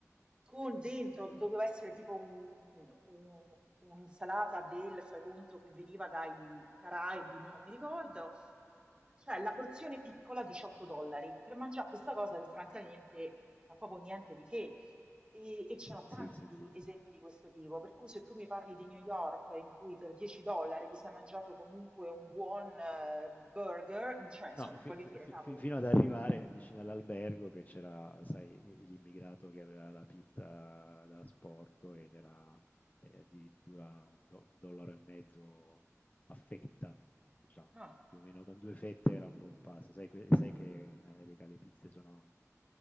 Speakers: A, on the right (about 20°); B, on the left (about 30°).
A: con dentro, doveva essere tipo un- un- un'insalata del, fai conto, che veniva dai Caraibi, mo non mi ricordo. Cioè, la porzione piccola 18 dollari per mangiare questa cosa che francamente, ma proprio niente di che. E, e c'erano tanti
B: sì, sì,
A: di
B: sì,
A: esempi
B: sì.
A: di questo tipo, per cui se tu mi parli di New York in cui per 10 dollari ti sei mangiato comunque un buon eh, burger, cioè, insomma,
B: No, fi
A: voglio
B: fi
A: dire,
B: fi
A: cavolo.
B: fi fino ad arrivare vicino all'albergo che c'era, sai, l'immigrato che aveva la pizza da asporto ed era, ehm, addirittura un do un dollaro e mezzo a fetta, diciamo,
A: Ah,
B: più o meno con 2 fette era un buon pasto. Sai que sai che in America le pizze sono